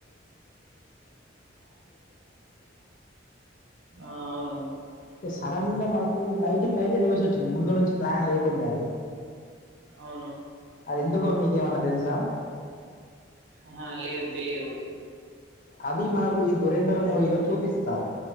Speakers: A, on the right (about 75°); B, on the left (about 45°).
A: ఆ అవును
B: టె సడన్ గా మనకు నైట్ కి నైట్ న్యూస్ వచ్చింది ముందు నుంచి ప్లాన్ లేకుండా అది
A: అవును
B: అది ఎందుకో మీకేమన్నా తెలుసా
A: ఆహా లేదు తెలియదు
B: అది మనకు ఈ దురేంధ్ర మూవీలో చూపిస్తారు